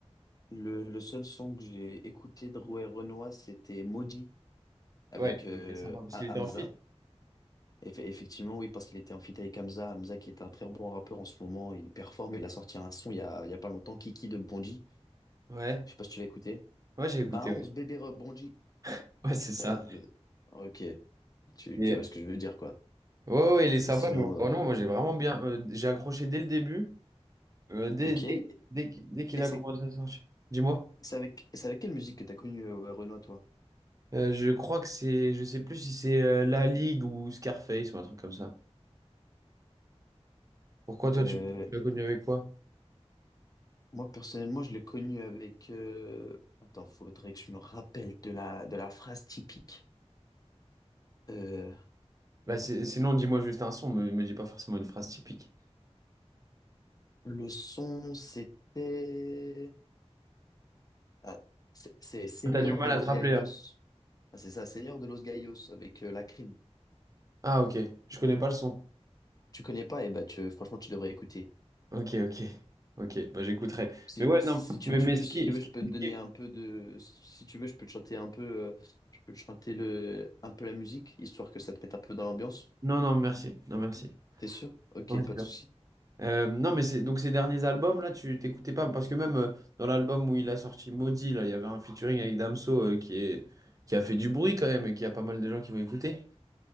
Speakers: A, on the left; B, on the right.
A: le, le seul son que j'ai écouté de Rouet Renoir, c'était Maudit avec
B: Ouais,
A: euh,
B: il est sympa parce
A: Ha-
B: qu'il était
A: Hamza.
B: en fit
A: Eff- effectivement, oui, parce qu'il était en feat avec Hamza. Hamza qui est un très bon rappeur en ce moment, il performe. Il a sorti un son il y a, il y a pas longtemps, Kiki de Bonji.
B: Ouais,
A: Je sais pas si tu l'as écouté.
B: ouais, j'ai écouté,
A: Bah, 11
B: ouais.
A: bébé rebondit.
B: <laughs> Ouais, c'est ça.
A: Euh, euh, ok, tu,
B: Et,
A: tu vois ce que je veux dire, quoi.
B: ouais, ouais, il est sympa,
A: Mais sinon,
B: mais vraiment,
A: euh,
B: moi j'ai vraiment bien. euh, j'ai accroché dès le début, euh, dès,
A: ok.
B: dès,
A: Et
B: dès qu'- dès qu'il a
A: c'est
B: commencé à sortir. Dis-moi.
A: c'est avec, c'est avec quelle musique que t'as connu euh, Renoir, toi?
B: Euh, je crois que c'est. Je sais plus si c'est euh, La Ligue ou Scarface ou un truc comme ça. Pourquoi toi,
A: Euh,
B: tu tu l'as connu avec quoi?
A: moi, personnellement, je l'ai connu avec... euh, Attends, faudrait que je me rappelle de la, de la phrase typique. Euh,
B: Bah, c'est- sinon, dis-moi juste un son, me, me dis pas forcément une phrase typique.
A: le son, c'était... Ah, c'est c'est Señor
B: Ah, T'as du mal
A: de los
B: à te rappeler,
A: Gallos.
B: hein.
A: Ah, c'est ça, Señor de los Gallos, avec euh, la crime.
B: Ah, ok. Je connais pas le son.
A: Tu connais pas, et ben tu, franchement, tu devrais écouter.
B: Ok, ok. Ok, bah j'écouterai.
A: Si,
B: Mais ouais,
A: si
B: non,
A: tu
B: mais,
A: veux,
B: mais
A: je peux,
B: ce
A: si
B: qui,
A: tu veux,
B: ce qui-
A: je peux te
B: ce
A: donner
B: qui-
A: un peu de. Si tu veux, je peux te chanter un peu. euh, je peux te chanter le, un peu la musique, histoire que ça te mette un peu dans l'ambiance.
B: Non, non, merci. Non, merci.
A: T'es sûr? Ok,
B: Non, c'est
A: pas
B: sûr.
A: de souci.
B: Euh, non, mais c'est donc ces derniers albums, là, tu t'écoutais pas. Parce que même euh, dans l'album où il a sorti Maudit, là, il y avait un featuring avec Damso euh, qui est, qui a fait du bruit quand même et qui a pas mal de gens qui vont écouter.